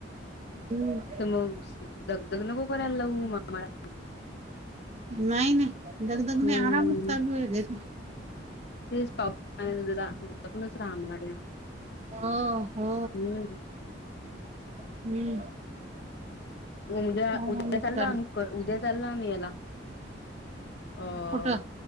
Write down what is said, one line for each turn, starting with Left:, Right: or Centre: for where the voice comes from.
Right: हम्म.
Left: तर मग दग दग नको करायला लावू मामाला.
Right: नाय नाय दगदग
Left: हम्म
Right: नाय आरामच चालू आहे घरी.
Left: <unintelligible>
Right: हो हो हम्म.
Left: उद्या
Right: आरामच
Left: उद्या चालो
Right: चालू
Left: आम्ही क उद्या चालो आम्ही याला अह
Right: कुठं